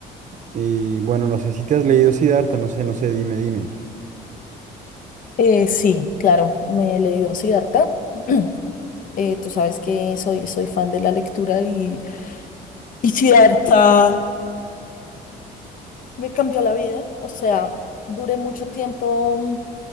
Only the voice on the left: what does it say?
Eh, sí, claro, me he leído Siddhartha. <clears throat> Eh, tú sabes que soy, soy fan de la lectura y, y Siddhartha me cambió la vida. O sea, duré mucho tiempo mm,